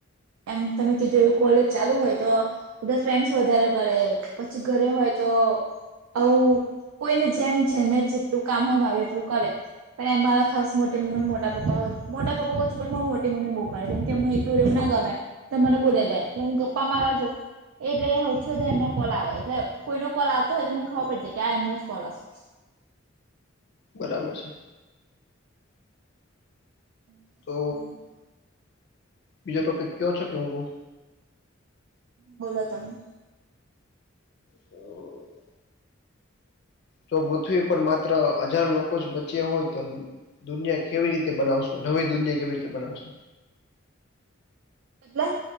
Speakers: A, on the right (about 85°); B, on the left (about 60°).
A: એમ તમે ક જોવું કોલેજ ચાલુ હોય તો બધા ફ્રેન્ડ્સ વધારે કરે પછી ઘરે હોય તો અ કોઈને જેમ જેને જેટલું કામ હોય મારું એટલું કરે પણ એ મારા ખાસ મોટી મ્મી મોટા પપ્પા મોટા પપ્પા પણ મોટી મમ્મી બોવાડે કેમ કે એમનું એટલું રેવું ના ગમે તો મને બોલે દે એટલે હું ગપ્પા મારા છું એટલે હ છું તો એમનો કોલ આવે એટલે કોઈનો કોલ આવતો હોય તો મને ખબર પડ જ કે આ એમનો જ કોલ આવશે
B: બરાબર છે.
A: <unintelligible>
B: તો બીજો ટોપિક કેયો છે કે હું કું
A: બોલો તમે
B: હા જો પૃથ્વી પર માત્ર હજાર લોકો જ બચ્યા હોય તો દુનિયા કેવી રીતે બનાવશો નવી દુનિયા કેવી રીતે બનાવશો
A: એટલે